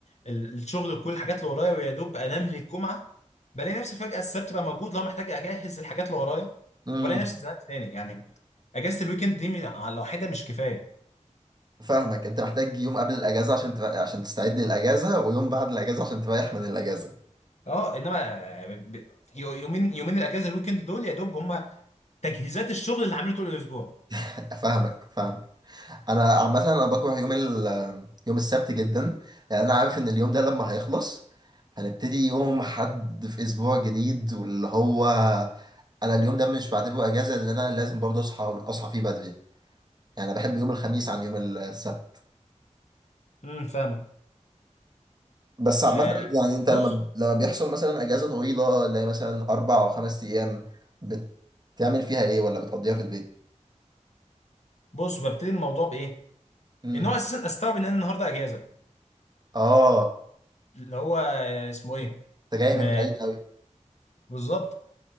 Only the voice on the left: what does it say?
ال- الشغل وكل الحاجات اللي ورايا ويا دوب انام للجمعه بلاقي نفسي فجاه السبت بقى موجود لو محتاج اجهز الحاجات اللي ورايا
وبلاقي نفسي اتزنقت تاني يعني اجازه الويكند دي م- لوحدها مش كفايه
اه انما ب- يو- يومين يومين الاجازه الويكند دول يا دوب هم تجهيزات الشغل اللي عامله طول الاسبوع
امم فاهمه
آه
بص
بص ببتدي الموضوع بايه
ان هو اساسا استوعب ان انا النهارده اجازه
اللي هو اسمه ايه
ما
بالظبط